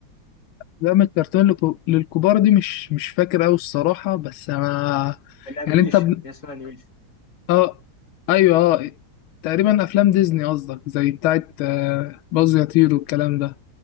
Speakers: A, on the left; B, on the left.
A: أفلام الكرتون للك- للكبار دي مش مش فاكر أوي الصراحة بس أنا
B: الانيميشن
A: يعني أنت ب...
B: هي اسمها انيميشن
A: آه أيوه آه تقريبا أفلام ديزني قصدك زي بتاعة آه، باز يطير والكلام ده